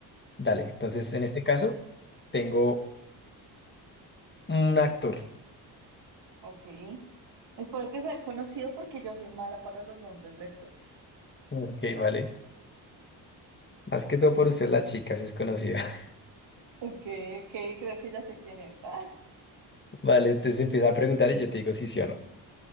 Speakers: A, on the left (about 25°); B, on the right (about 70°).
A: dale, entonces en este caso tengo un actor.
B: ok. Espero que sea conocido porque yo soy mala para los nombres de actores.
A: Ok, vale. Más que todo por usted, la chica, si es conocida.
B: Ok, ok, creo que ya sé quién es. <laughs>
A: <laughs> Vale, entonces empieza a preguntar y yo te digo si sí o no.